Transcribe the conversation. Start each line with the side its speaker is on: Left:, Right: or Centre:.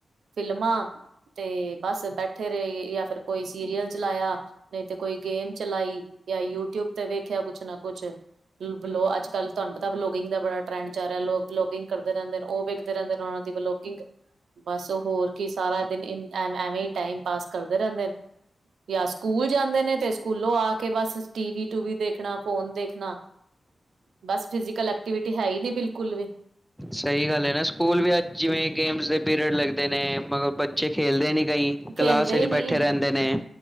Right: ਫਿਲਮਾਂ ਤੇ ਬਸ ਬੈਠੇ ਰਹੇ ਜਾਂ ਫਿਰ ਕੋਈ ਸੀਰੀਅਲ ਚਲਾਇਆ ਨਹੀਂ ਤੇ ਕੋਈ ਗੇਮ ਚਲਾਈ ਜਾਂ ਯੂਟਿਊਬ ਤੇ ਵੇਖਿਆ ਕੁਛ ਨਾ ਕੁਛ ਲੋ ਅੱਜ ਕੱਲ ਤੁਹਾਨੂੰ ਪਤਾ ਬਲੋਗਿੰਗ ਦਾ ਬੜਾ ਟਰੈਂਡ ਚੱਲ ਰਿਹਾ ਲੋਕਲੋਗਿੰਗ ਕਰਦੇ ਰਹਿੰਦੇ ਉਹ ਵੇਖਦੇ ਰਹਿੰਦੇ ਉਹਨਾ ਦੀ ਬਲੋਗਿੰਗ ਬਸ ਹੋਰ ਕੀ ਸਾਰਾ ਦਿਨ ਐ ਐਵੇਂ ਹੀ ਟਾਈਮ ਪਾਸ ਕਰਦੇ ਰਹਿੰਦੇ ਨੇ। ਜਾਂ ਸਕੂਲ ਜਾਂਦੇ ਨੇ, ਤੇ ਸਕੂਲੋਂ ਆ ਕੇ ਬਸ ਟੀਵ ਟੂਵੀ ਦੇਖਣਾ ਫੋਨ ਦੇਖਣਾ ਬਸ ਫਿਜ਼ਕਲ ਐਕਟੀਵਿਟੀ ਹੈ ਹੀ ਨਹੀਂ ਬਿਲਕੁਲ ਵੀ।
Centre: ਸਹੀ ਗੱਲ ਹੈ। ਨਾ ਸਕੂਲ ਵੀ ਅੱਜ ਜਿਵੇਂ ਗੇਮਸ ਦੇ ਪੀਰੀਅਡ ਲੱਗਦੇ ਨੇ, ਮਗਰ ਬੱਚੇ ਖੇਲਦੇ ਨਹੀਂ ਕਈ।
Right: ਚੇਲਦੇ
Centre: ਕਲਾਸ ਵਿੱਚ
Right: ਹੀ ਨੀ।
Centre: ਬੈਠੇ ਰਹਿੰਦੇ ਨੇ